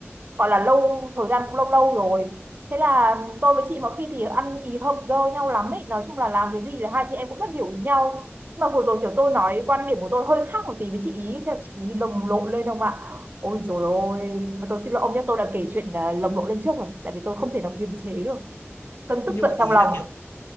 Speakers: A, on the right; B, on the left.
A: gọi là lâu thời gian cũng lâu lâu rồi thế là tôi với chị mà khi thì ăn ý hợp dơ nhau lắm ấy nói chung là làm cái gì là hai chị em cũng rất hiểu ý nhau Nhưng mà vừa rồi kiểu tôi nói quan điểm của tôi hơi khác một tí với chị ý thế là chị ý lồng lộn lên không ạ ôi rồi ôi mà tôi xin lỗi ông nhé tôi đã kể chuyện là lồng lộn lên trước rồi tại vì tôi không thể nào kiềm chế được cơn tức
B: nhưng
A: giận
B: mà ý
A: trong lòng
B: là kiểu